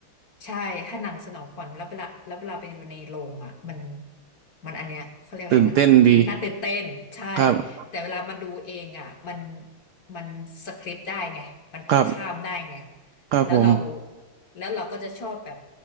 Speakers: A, on the left; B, on the right.
A: ใช่ถ้าหนังสนองขวัญแล้วเวลาแล้วเวลาไปดูในโรงอ่ะมันมันอันเนี้ยเขาเรียกอะไรนะ
B: ตื่นเต้นดี
A: น่าตื่นเต้นใช่
B: ครับ
A: แต่เวลามาดูเองอ่ะ มันมันสคริปต์ได้ไง มันกดข้ามได้ไง
B: ครับ ครับผม
A: แล้วเราแล้วเราก็จะชอบแบบ